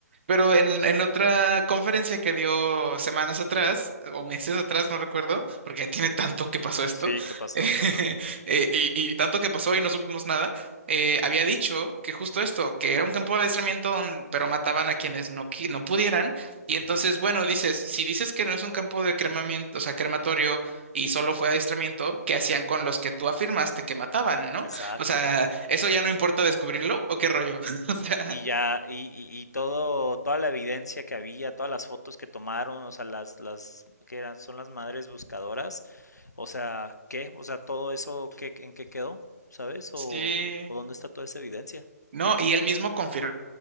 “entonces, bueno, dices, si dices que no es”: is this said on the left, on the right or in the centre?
Right